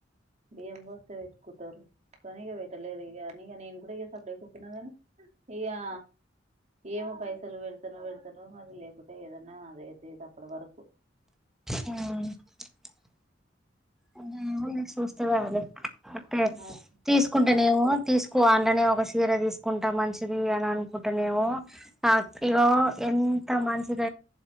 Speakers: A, on the right; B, in the centre.
A: బియం బస్త పెట్ కుట్టారు కనీగ బట్టలే ర అనిగా నన్ సప్పుడే సప్పుడే కూప్పినదని ఇయయా ఏమ పైసా ఇత్తలు పెడతనో పెడతానో మరి లేకుంటే ఏదన్నా అద అవుతుది అప్పటి వరకు
B: ఆ అ చూస్తే వాాల అే
A: మరి
B: తీసుకుంటేనేమో తీసుకో అలోనే ఒక సీర తీసుకుంటా మంచిది అని అనుకుంటేనేమ ఇలా ఎంత మంచిద